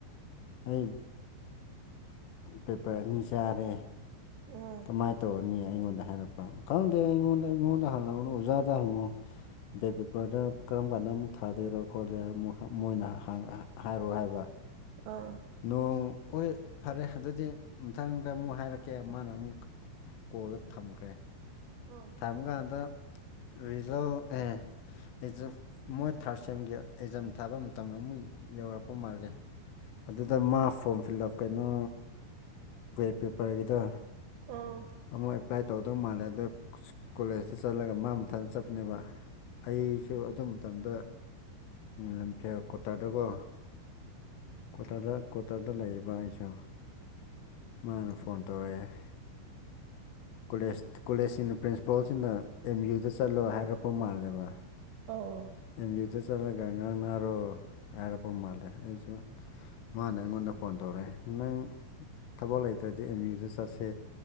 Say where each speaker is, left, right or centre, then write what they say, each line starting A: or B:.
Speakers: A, on the left; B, on the right.
A: ꯑꯩ ꯄꯦꯄꯔ ꯑꯅꯤ ꯆꯥꯔꯦ
B: ꯑꯥ
A: ꯁꯃꯥꯏꯅ ꯇꯧꯔꯅꯤ ꯑꯩꯉꯣꯟꯗ ꯍꯥꯏꯔꯛꯄ ꯈꯪꯗꯦ ꯑꯩꯉꯣꯟꯗ ꯑꯩꯉꯣꯟꯗ ꯍꯪꯂꯛꯎꯅ ꯑꯣꯖꯥꯗ ꯍꯪꯉꯨ ꯕꯦꯞ ꯄꯦꯄꯔꯗ ꯀꯔꯝ ꯀꯥꯟꯗ ꯑꯃꯨꯛ ꯊꯥꯗꯣꯏꯔꯣ ꯈꯣꯠꯂꯦ ꯃꯣꯏꯅ ꯍꯥꯏꯔꯣꯑꯣ ꯍꯥꯏꯕ
B: ꯑꯥ
A: ꯅꯣꯡ ꯍꯣꯏ ꯐꯔꯦ ꯑꯗꯨꯗꯤ ꯃꯊꯪꯗ ꯑꯃꯨꯛ ꯍꯥꯏꯔꯛꯀꯦ ꯃꯥꯅ ꯑꯃꯨꯛ ꯀꯣꯛꯑꯒ ꯊꯝꯈ꯭ꯔꯦ
B: ꯑ
A: ꯀꯔꯝ ꯀꯥꯟꯗ ꯔꯤꯖꯅꯦꯜ ꯑꯦ ꯑꯦꯖꯝ ꯃꯣꯏ ꯊꯥꯔꯠ ꯁꯦꯝꯒꯤ ꯑꯦꯛꯖꯥꯝ ꯊꯥꯕ ꯃꯇꯝꯗ ꯑꯃꯨꯛ ꯌꯧꯔꯛꯄ ꯃꯥꯜꯂꯦ ꯑꯗꯨꯗ ꯃꯥ ꯐꯣꯔꯝ ꯐꯤꯜ ꯑꯞ ꯀꯩꯅꯣ ꯋꯦꯠ ꯄꯦꯄꯔꯒꯤꯗ
B: ꯑꯥ
A: ꯑꯃꯨꯛ ꯑꯦꯄ꯭ꯂꯥꯏ ꯇꯧꯒꯗꯧ ꯃꯥꯜꯂꯦ ꯑꯗ ꯀꯣꯂꯦꯖꯇ ꯆꯠꯂꯒ ꯃꯥ ꯃꯊꯥꯗ ꯆꯠꯄꯅꯦꯕ ꯑꯩꯁꯨ ꯑꯗꯨ ꯃꯇꯝꯗ ꯂꯝꯐꯌꯥ ꯀ꯭ꯋꯥꯇꯥꯔꯗꯀꯣ ꯀꯇꯥꯔꯗ ꯀ꯭ꯋꯥꯇꯥꯔꯗ ꯂꯩꯔꯤꯕ ꯑꯩꯁꯨ ꯃꯥꯅ ꯐꯣꯟ ꯇꯧꯔꯛꯑꯦ ꯀꯣꯂꯦꯖ ꯀꯣꯂꯦꯖꯁꯤꯅ ꯄ꯭ꯔꯤꯟꯁꯤꯄꯥꯜꯁꯤꯅ ꯑꯦꯝ ꯌꯨꯗ ꯆꯠꯂꯣ ꯍꯥꯏꯔꯛꯄ ꯃꯥꯜꯂꯦꯕ
B: ꯑꯣ ꯑꯣ
A: ꯑꯦꯝ ꯌꯨꯗ ꯆꯠꯂꯒ ꯉꯥꯡ ꯔꯣ ꯍꯥꯏꯔꯛꯄ ꯃꯥꯜꯂꯦ ꯑꯩꯁꯨ ꯃꯥꯅ ꯑꯩꯉꯣꯟꯗ ꯐꯣꯟ ꯇꯧꯔꯛꯑꯦ ꯅꯪ ꯊꯕꯛ ꯂꯩꯇ꯭ꯔꯗꯤ ꯑꯦꯝ ꯌꯨꯗ ꯆꯠꯁꯦ